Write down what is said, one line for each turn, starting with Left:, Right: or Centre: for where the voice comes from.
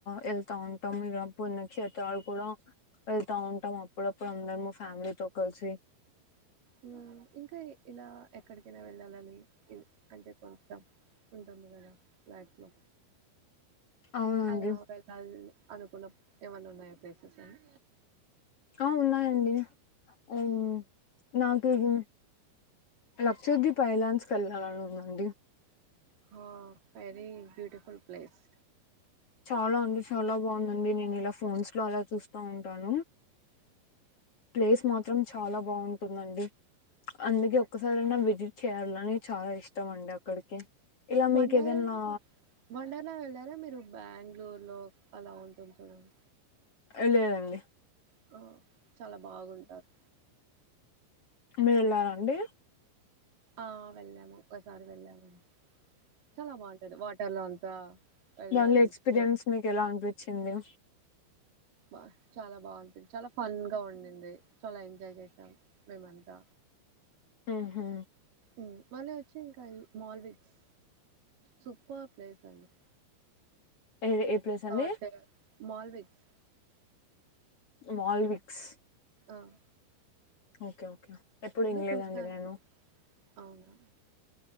Left: వెళ్తా ఉంటాం ఇలా పుణ్యక్షేత్రాలు కూడా వెళ్తా ఉంటాం అప్పుడప్పుడు అందరము మా ఫ్యామిలీతో కలిసి
Right: ఊ ఇంకా ఇలా ఎక్కడికైనా వెళ్ళాలని ఇ అంటే కొంచెం ఉంటుంది కదా లైఫ్ లో
Left: అవునండి
Right: అలా వెళ్ళాలి అనుకున్నం. ఏమన్న ఉన్నాయా ప్లేసెస్ అనీ
Left: ఆ ఉన్నాయండి అయ్యి నాకు ఇది లక్షదీప్ ఐలాండ్స్ కి ఎల్ ల్లలాన్ ఉందండి
Right: హ వెరీ బ్యూటిఫుల్ ప్లేస్
Left: చాలా అంటే చాలా బాగుందండి, నేను ఇలా ఫోన్స్ లో అలా చూస్తా ఉంటాను. ప్లేస్ మాత్రం చాలా బావుంటుందండి. అందుకే ఒక్కసారైనా విజిట్ చేయాలని, చాలా ఇష్టం అండి అక్కడికి. ఇలా
Right: వండార
Left: మీకు ఏదైనా
Right: మా వండర్లా వెళ్లారా మీరు? బాంగ్లూర్ లో అలా ఉంటుంది చూడండ్
Left: ఏలేదండి
Right: తో చాలా బాగుంటాద్
Left: మీరేళ్లారా? అండి.
Right: ఆ వెళ్ళాము ఒక్కసారి వెళ్ళాము, చాలా బాగుంటది వాటర్లో అంతా. వెళ్ళచ్చు
Left: దాన్లో ఎక్స్పీరియన్స్ మీకు ఎలా అనిపించింది?
Right: బా చాలా బావుంటాది, చాలా ఫన్ గా ఉండింది, చాలా ఎంజాయ్ చేసాం. మేమంతా
Left: అహ్ హా
Right: ఉమ్ మళ్ళీ వచ్చి ఇంకా. ఈ మాల్విక్స్ సూపర్ ప్లేస్ అండి.
Left: ఏది ఏ ప్లేస్ అండి?
Right: థాట్ మాల్విక్స్
Left: మాల్విక్స్
Right: ఆవ్
Left: ఓకే ఓకే ఎప్పుడు ఇన్లేదండి
Right: చూసాను
Left: నేను.
Right: అవునా